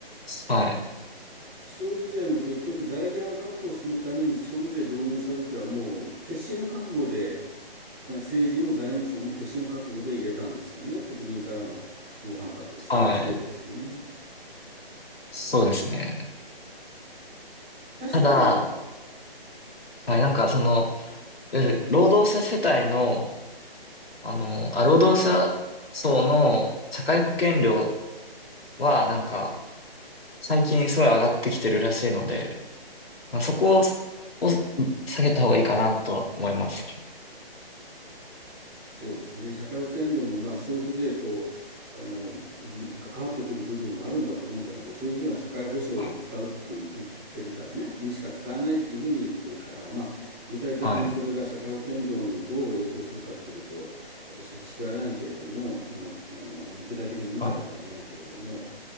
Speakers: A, on the left; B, on the right.
A: はい。
B: 消費税も結局財源を確保するために消費税導入した時はもう決死の覚悟で政治も財務省も決心を覚悟で入れたんですよね、国民からの猛反発を承知でですね。
A: はい。そうですね。
B: だから確かに
A: ただ、はい、なんかその、いわゆる労働者世帯の、あの、あ、労働者層の社会保険料はなんか最近すごい上がってきてるらしいので、まあ、そこを、を下げた方がいいかなとは思います。
B: そうですね、社会保険料もまあ消費税とあの関わってくる部分もあるんだと思うんだけど、消費税は社会保障に使うって言ってるからね、
A: はい。
B: にしか使わないっていうふうに言ってるから、まあ、具体的にそれが社会保険料にどう影響するかってことを私は知らないけれども、
A: はい。
B: あのあの具体的に見たことはないけれども、
A: はい。